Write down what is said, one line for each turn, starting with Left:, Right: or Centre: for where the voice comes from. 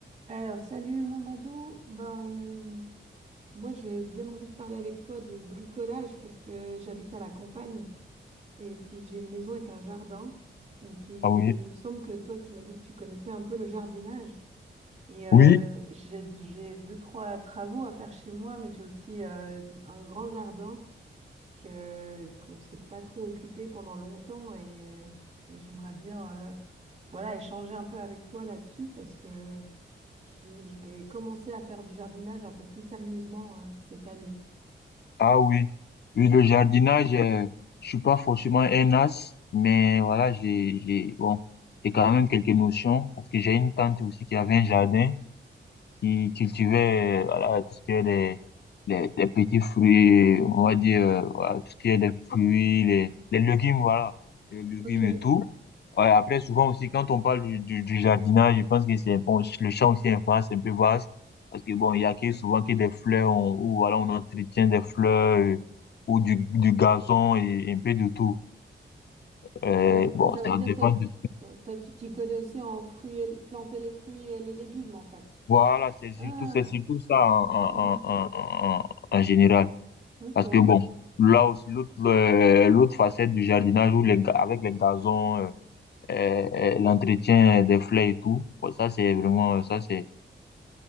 Right: Alors, salut Mamadou. Ben, euh, moi, j'ai bien envie de parler avec toi de bricolage parce que j'habite à la campagne et puis j'ai une maison avec un jardin. Et puis,
Left: Ah oui,
Right: il me semble que toi, tu m'as dit que tu connaissais un peu le jardinage. Et euh,
Left: oui,
Right: j'ai, j'ai deux, trois travaux à faire chez moi, mais j'ai aussi euh, un grand jardin que, qu'on ne s'est pas trop occupé pendant longtemps. Et, et j'aimerais bien euh, voilà, échanger un peu avec toi là-dessus parce que... Je, je vais commencer à faire du jardinage un peu plus sérieusement euh, cette année.
Left: ah oui. Oui, le jardinage, euh, je suis pas forcément un as, mais voilà, j'ai, j'ai, bon, j'ai quand même quelques notions parce que j'ai une tante aussi qui avait un jardin qui cultivait, voilà, tout ce qui est des, des, des petits fruits, on va dire, euh, voilà, tout ce qui est des fruits, les, les légumes, voilà, les légumes
Right: Ok.
Left: et tout. Ouais, après, souvent aussi, quand on parle du, du, du jardinage, je pense que c'est, bon, le champ aussi est vaste, un peu vaste, parce que bon, il y a que, souvent que des fleurs, on, ou voilà, on entretient des fleurs, euh, ou du, du gazon et un peu de tout. Euh,
Right: Mais, mais
Left: bon,
Right: ça veut
Left: ça
Right: dire
Left: dépend
Right: que toi,
Left: de...
Right: euh, toi, tu t'y connais aussi en fruits et, planter les fruits et les légumes, en fait.
Left: Voilà, c'est surtout,
Right: Ah,
Left: c'est surtout ça en, en,
Right: mhm.
Left: en, en, en en général.
Right: ok.
Left: Parce que bon, là aussi, l'autre euh, l'autre facette du jardinage où les, ga- avec les gazons, euh, euh, euh, l'entretien des fleurs et tout, bon, ça c'est vraiment, ça c'est,